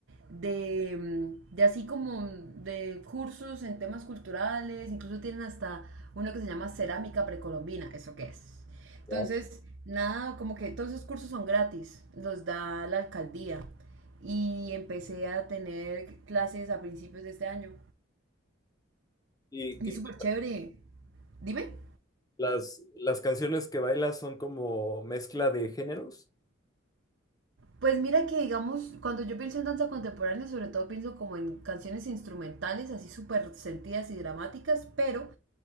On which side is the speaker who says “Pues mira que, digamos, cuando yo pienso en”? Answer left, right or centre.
Right